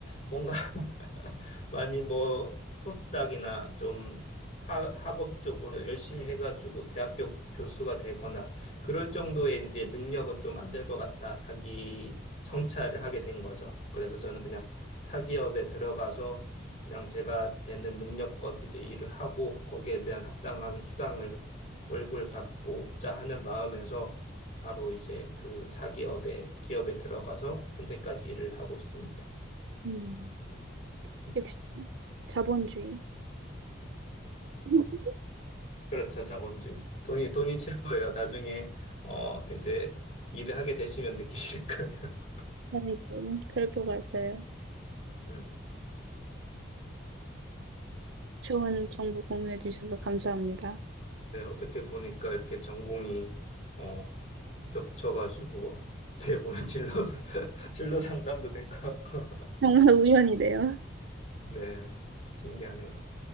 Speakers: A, on the left; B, on the right.
A: 뭔가 <laughs> 많이 뭐 포스닥이나 좀 학 학업 쪽으로 열심히 해가지고 대학교 교수가 되거나 그럴 정도의 이제 능력은 좀 안 될 것 같다. 자기 성찰을 하게 된 거죠. 그래서 저는 그냥 사기업에 들어가서 그냥 제가 되는 능력껏 이제 일을 하고 거기에 대한 합당한 수당을 월급을 받고자 하는 마음에서 바로 이제 그 사기업에, 기업에 들어가서 현재까지 일을 하고 있습니다.
B: 음,
A: 네.
B: 역시 자본주의. <laughs>
A: 그렇죠, 자본주의. 돈이, 돈이 최고예요. 나중에, 어, 이제 일을 하게 되시면 느끼실 거예요. <laughs>
B: 아이고, 그럴 것 같아요.
A: 음.
B: 좋은 정보 공유해 주셔서 감사합니다.
A: 네, 어떻게 보니까 이렇게 전공이, 어, 겹쳐가지고, 어떻게 보면 진로, 상- <laughs> 진로 상담도 된 것 같고.
B: 정말 <laughs> 우연이네요.
A: 네, 신기하네요.